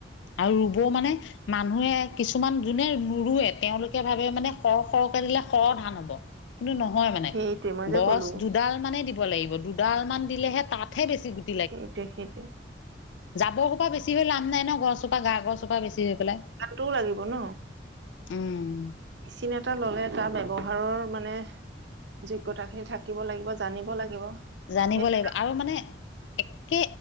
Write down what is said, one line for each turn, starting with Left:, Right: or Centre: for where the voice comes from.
Left: আৰু ৰুব‌ওঁ মানে মানুহে কিছুমান যোনে নৰুৱে তেওঁলোকে ভাবে মানে সৰ সৰ দিলে সৰ ধান হ'ব, কিন্তু নহয় মানে
Right: সেইটোৱে মই যে
Left: গছ
Right: ক'লো
Left: দুডাল দিব লাগিব, দুডালমান দিলেহে তাতহে বছি গ
Right: সেইটোৱে সেইটোৱে।
Left: জাবৰ সোপা বেছি হৈ লাপ নাই ন, গছজপা গা গছজপা বেছি হৈ পেলাই।
Right: টো লাগিব ন।
Left: উম।
Right: মেচিন এটা ললে তাৰ ব্যৱহাৰৰ মানে যোগ্যতা খিনি থাকিব লাগিব, জানিব লাগিব।
Left: জানিব
Right: সেইটো
Left: লাগিব আৰু মানে একে